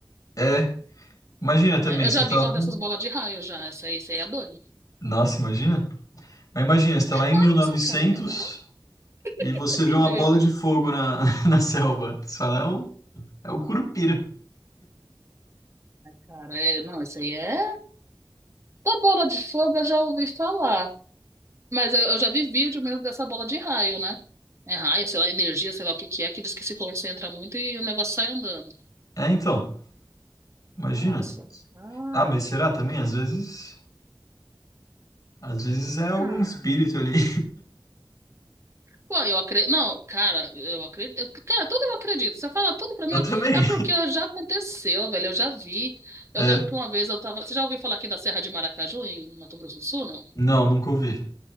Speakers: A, on the left (about 45°); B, on the right (about 35°).
A: é. Imagina
B: Ah,
A: também,
B: é- eu
A: você
B: já
A: tá
B: vi
A: lá.
B: uma dessas bolas de raio já. Essa aí, isso aí é doido.
A: Nossa, imagina. Mas imagina, você tá
B: É
A: lá em
B: massa,
A: 1900
B: cara, é legal
A: e novecentos e você
B: É
A: vê
B: de
A: uma
B: ver.
A: bola de fogo na, <laughs> na selva. Você fala, é o, é o Curupira.
B: Cara, é, não, isso aí é. Da bola de fogo eu já ouvi falar. Mas eu, eu já vi vídeo mesmo dessa bola de raio, né? É raio, sei lá, energia, sei lá o que que é, que diz que se concentra muito e o negócio sai andando.
A: É, então. Imagina.
B: Nossa, cara.
A: Ah, mas será também? Às vezes. Às vezes é algum
B: Ah.
A: espírito ali.
B: Pô, eu acredito. Não, cara, eu acredito. eu- Cara, tudo eu acredito. Você fala
A: <laughs>
B: tudo pra mim.
A: Eu
B: eu-
A: também.
B: É porque já aconteceu, velho. Eu já vi. Eu
A: É,
B: lembro que uma vez eu tava. Você já ouviu falar aqui da Serra de Maracaju, em Mato Grosso do Sul, não?
A: não, nunca ouvi.